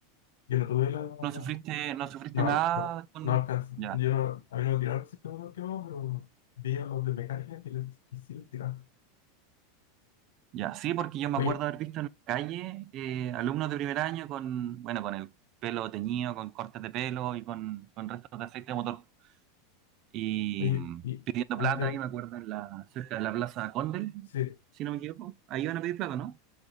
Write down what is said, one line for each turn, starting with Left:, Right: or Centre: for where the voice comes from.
Left: Yo no tuve la... No,
Right: ¿No sufriste, no sufriste
Left: no,
Right: nada
Left: no,
Right: con...
Left: no alcanzó.
Right: Ya,
Left: Yo no, a mí no me tiraron aceite de coco quemado, pero vi a los de mecánica que les que sí les tiraron.
Right: ya, sí, porque yo me
Left: Oye,
Right: acuerdo haber visto en la calle eh, alumnos de primer año con, bueno, con el pelo teñido, con cortes de pelo y con, con restos de aceite de motor. y
Left: oye,
Right: mm,
Left: y
Right: pidiendo
Left: a
Right: plata,
Left: usted,
Right: ahí me acuerdo, en la, cerca de la Plaza Condel,
Left: sí,
Right: si no me equivoco. Ahí van a pedir plata, ¿no?